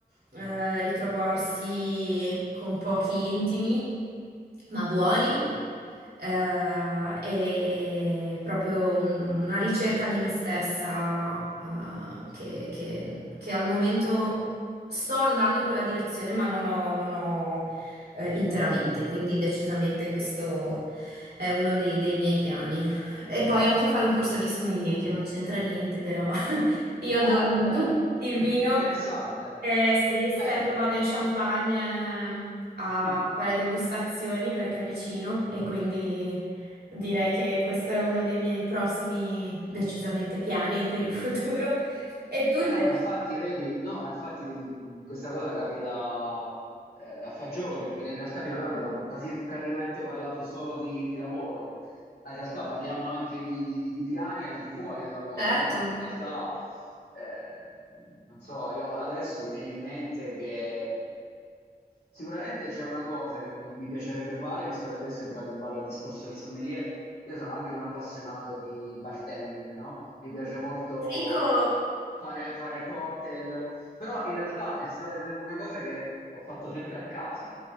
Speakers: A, on the right; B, on the left.
A: eh, ritrovarsi con pochi intimi, ma buoni
B: sì.
A: eh, e proprio un- una ricerca di me stessa, eh, che, che- che al momento sto andando in quella direzione, ma non ho, non ho, eh, interamente, quindi decisamente questo è uno dei, dei miei piani. E poi anche fare un corso di sommelier, che non c'entra niente, però <laughs> io adoro
B: Ah, beh,
A: il
B: <laughs>
A: vino
B: interessante.
A: eh sì, spesso
B: Beh,
A: vado in Champagne eh, a
B: <laughs>
A: fare degustazioni perché è vicino e quindi direi che questo è uno dei miei prossimi decisamente piani per il futuro. E tu
B: eh
A: invece?
B: no, ma infatti vedi, no, ma infatti vedi, mh, questa cosa capita eh, a fagiolo perché in realtà fino ad ora abbiamo quasi praticamente parlato solo di, di lavoro. ma in realtà parliamo anche di, di- di- di piani al di fuori del lavoro,
A: Certo.
B: no? In realtà, eh, non so, io adesso mi viene in mente che sicuramente c'è una cosa che mi, mi piacerebbe fare, visto che adesso hai tirato in ballo il discorso del sommelier, io sono anche un appassionato di bartending, no? Mi piace molto
A: Fico!
B: fare, fare cocktail, però in realtà è stata una una cosa che ho fatto sempre a casa